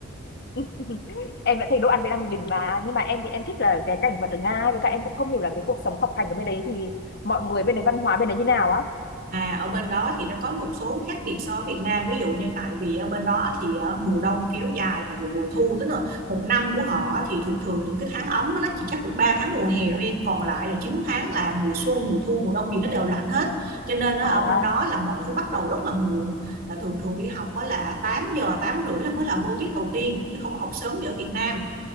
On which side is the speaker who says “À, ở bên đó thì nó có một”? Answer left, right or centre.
Right